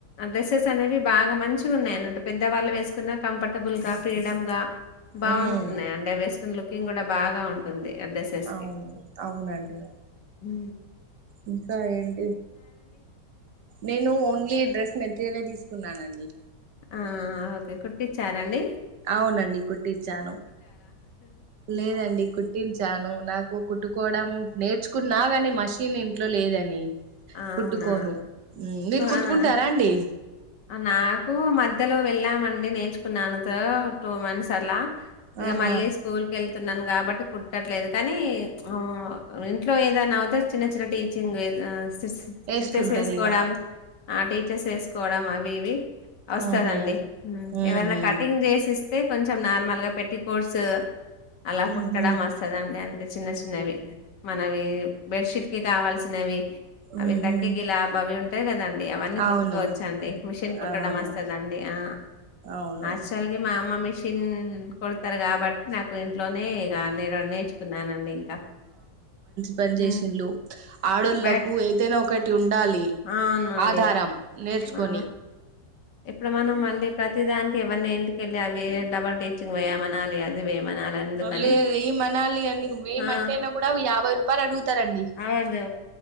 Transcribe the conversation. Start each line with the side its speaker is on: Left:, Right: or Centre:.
Left: డ్రెసెస్ అనేవి బాగా మంచిగా ఉన్నాయన్నట్టు పెద్దవాళ్ళు వేసు కంఫర్టబుల్ గా ఫ్రీడమ్ గా బాగుంటున్నాయి
Right: ఉ
Left: అండి వేసుకు కింగ్ కూడా బాగా ఉంటుంది ఆ డ్రెస్సెస్
Right: అవును అవునండి
Left: ఉ
Right: ఇంకా ఏంటి నేను ఓన్లీ డ్రెస్ మెటీరియలే తీసుకున్నానండి
Left: ఆ ఓకే కుట్టిచార అండి
Right: అవునండి కుట్టిచాను లేదండి కుట్టించి చ్చాను నాకు కుట్టుకోవడం నేర్చుకున్నా కాని మషిన్ ఇంట్లో లేదని
Left: అవునా
Right: కుట్టుకోను మీరు
Left: ఆ
Right: కుట్టుకుంటారా అండి
Left: నాకు మధ్యలో వెళ్ళామండి నేర్చుకున్నాను తో టూ మంత్స్ అలా ఇక
Right: ఆహా
Left: మళ్ళీ స్కూల్ కెల్ తున్నాను కాబట్టి కుట్టట్లేదు కానీ ఆ ఇంట్లో ఏదైనా అవుతే చిన్న టీచింగ్ సిస్ స్టిచెస్
Right: వేసుకుంటారు
Left: ఏసుకోవడం
Right: ఇగ
Left: ఆ స్టిచెస్ కోడం అవి ఇవి వస్తదండి
Right: ఆహా ఉహు
Left: ఎవరైనా కటింగ్ చేసిస్తే కొంచెం కొంచెం నార్మల్ గా పెట్టి కోర్సు అలా
Right: ఉహు
Left: కుట్టడం వస్తదండి అం చిన్న చిన్నవి మనవి బెడ్షీట్ కి కావాల్సినవి అవి
Right: ఉహు
Left: తక్కిక్ ఇలా బవి ఉన్ అంతే కదా ఇగ అవన్నీ
Right: అవును
Left: కుట్టుకోవచ్చు మిషన్ కుట్టడం
Right: అవును
Left: అస్తదండి ఆ
Right: అవును
Left: అస్సల్గి అమ్మ మిష్ చిన్ కొడతారు కాబట్టి నాకు ఇంట్లోనే ఇక నేను నేర్చుకున్నానండి ఇంకా
Right: బాబు
Left: హ్మ్.
Right: చేేసిన్లు ఆడోళ్ళలకు
Left: బట్
Right: ఏదైనా ఒకటి ఉం ఉండాలి
Left: అవునండి
Right: ఆధారం నేర్చుకొని
Left: ఆ ఇప్పుడు మనం మళ్ళీ ప్రతి దానికి ఎవరిని ఇంటికెళ్ళి అవి డబుల్ టీచింగ్ వేయమనాలి అది వేయమనాలి ఎందుకని
Right: లేదు ఈ మనాలి అన్ని మేమ్
Left: ఆ
Right: మంటేనే గుడా యాభై రుప్ పలు అడుగు తరండి
Left: అవదు